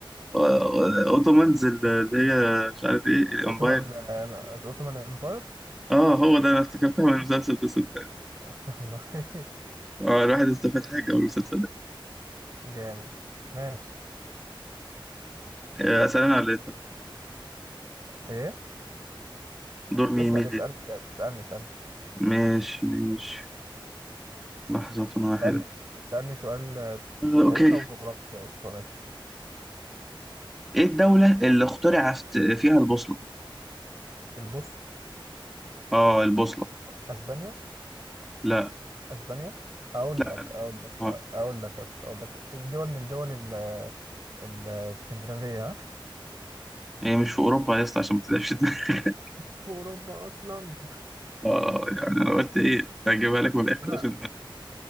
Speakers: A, in the centre; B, on the right (about 40°).
A: آه، اوتومانز اللي هي مش عارف ايه الامباير
B: اوتومان آه، اوتومان امباير
A: اه هو ده انا افتكرتها من المسلسل ده صدقني
B: <laughs> والله
A: اه الواحد استفاد حاجه من المسلسل ده
B: جامد ماشي
A: آه، اسال انا ولا انت
B: ايه
A: دور مين
B: اسأل
A: مين اللي
B: اسألني اسأل اسألني اسألني
A: ماشي ماشي لحظة واحدة
B: اسألني اسألني سؤال آه،
A: آه، اوكي
B: تاريخ او جغرافيا قشطة ماشي
A: ايه الدولة اللي اخترع فت- فيها البوصلة
B: البوصلة
A: اه البوصلة
B: اسبانيا
A: لا
B: اسبانيا اقول
A: لا
B: لك اقول لك
A: اه
B: اقول لك بس اقول لك الدول من دول ال ال- الاسكندنافيه ها؟
A: هي مش في اوروبا يا اسطى عشان ما تتعبش دماغك
B: في اوروبا اصلا
A: اه يعني انا قلت ايه اجيبها لك من
B: بس
A: الاخر
B: انا
A: عشان ما-